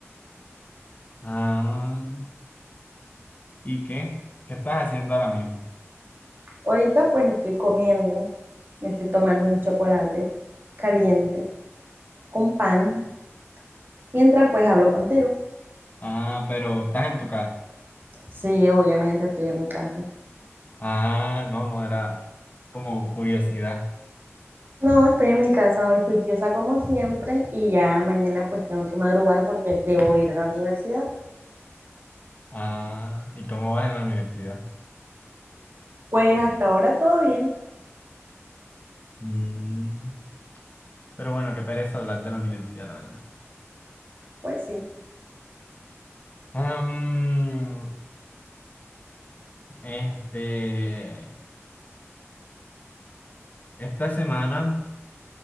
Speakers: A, on the left (about 35°); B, on the right (about 45°).
A: Ah, ¿y qué? ¿Qué estás haciendo ahora mismo?
B: Ahorita pues estoy comiendo, me estoy tomando un chocolate caliente con pan, mientras pues hablo contigo.
A: Ah, pero estás en tu casa.
B: Sí, obviamente estoy en mi casa.
A: Ah, no, no era como curiosidad.
B: No, estoy en mi casa hoy juiciosa como siempre y ya mañana pues tengo que madrugar porque debo ir a la universidad.
A: Ah, ¿y cómo vas en la universidad?
B: Pues hasta ahora todo bien,
A: Mm, pero bueno, qué pereza hablar de la universidad, la verdad.
B: pues sí,
A: Am, este, esta semana